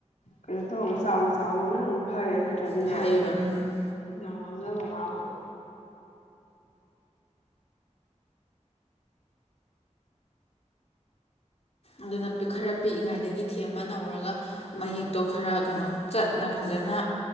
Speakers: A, on the left; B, on the left.
A: ꯀꯩꯅꯣ ꯇꯧꯔ ꯆꯥꯎꯔ ꯆꯥꯎꯔꯒꯅ ꯑꯃꯨꯛ ꯐꯔꯦ ꯅꯠꯇ꯭ꯔꯗꯤꯅꯦ
B: ꯐꯩꯌꯦꯕ ꯎꯝ
A: ꯌꯥꯝ ꯉꯥꯡꯅꯕ ꯋꯥꯕꯗꯣ
B: ꯑꯗꯨꯅ ꯈꯔ ꯄꯤꯛꯏꯉꯩꯗꯒꯤ ꯊꯦꯝꯃꯥ ꯅꯧꯔꯒ
A: ꯎꯝ
B: ꯃꯌꯦꯛꯇꯣ ꯈꯔ ꯀꯩꯅꯣ ꯆꯠꯅ ꯐꯖꯅ